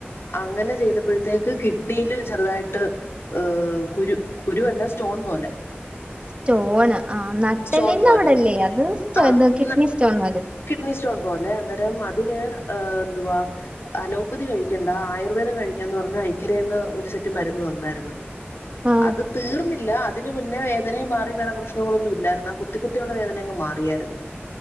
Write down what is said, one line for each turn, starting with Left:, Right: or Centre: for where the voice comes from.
Left: അങ്ങനെ ചെയ്തപ്പോഴത്തേക്ക് കിഡ്നിയില് ചെറുതായിട്ട് ഏഹ് കുരു കുരുവല്ല സ്റ്റോൺ പോലെ
Right: സ്റ്റോണ് ആ നട്ടലിന്റെ
Left: സ്റ്റോൺ പോലെ
Right: അവിടല്ലേ അത്
Left: ആഹ്
Right: ഇത് കിഡ്നി
Left: ന
Right: സ്റ്റോണ്
Left: കിഡ്നി സ്റ്റോൺ പോലെ അന്നേരം അതിന് എന്തുവാ അലോപ്പതി കഴിക്കണ്ട ആയുർവേദം കഴിക്കാന്ന് പറഞ്ഞു ഐക്കരേന്ന് ഒരു സെറ്റ് മരുന്ന് തന്നായിരുന്ന്
Right: ആഹ്
Left: അത് തീർന്നില്ല അതിന് മുന്നേ വേ വേദനയും മാറി വേറെ പ്രശ്നങ്ങളൊന്നും ഇല്ലായിരുന്ന് ആ കുത്തി കുത്തികുത്തിയുള്ള വേദനയങ്ങ് മാറിയാരുന്ന്